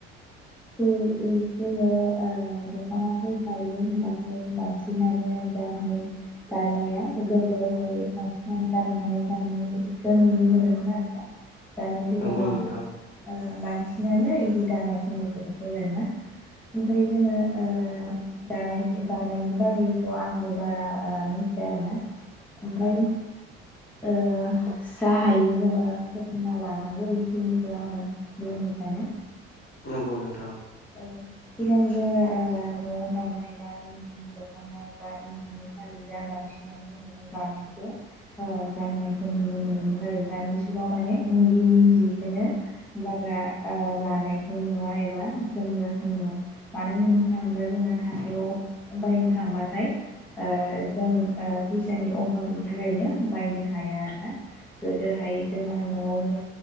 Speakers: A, in the centre; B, on the left.
A: <unintelligible> जोङो ओ दखनाफोर दायो होनबाथाय बांसिनानो दा माने दानाया गोदोनो <unintelligible> बांसिनानो दाननानै गाननायखो नुनो मोनोमोन आरो ना। दानि जुगाव
B: नंगौ
A: आं
B: नोंथां
A: बांसिनानो दानायखौ <unintelligible> आरोना ओमफ्राय जोङो ओ दानाय दानायनि बागैथ आंबो बारा मिथिया आरोना ओमफ्राय ओ जा हायो जोंङो सोलोंना लानांगौ बेखिनिखौ आङो बुंनो सानो।
B: नंगौ नोंथां।
A: औ सिगां जों ओ न'आव दानाय बा इन्दिनि दखना जा इन्दिनि फालि जा बांसिनानो नआव दानायखौ गाननायखौ नुनो मोनोमन आरो दानि जुगाव माने इन्दिनि जि बेखायनो बारा ओ लानायखौ नुवा एबा जोमग्राखो नुवा मानो होननो थाङोब्ला जोङो हाथायाव बायनो थांबाथाय ओ जों ओ फैसानि अभाबनि थाखायनो बायनो हाया आरोना गोदोहाय जोंङो नआवनो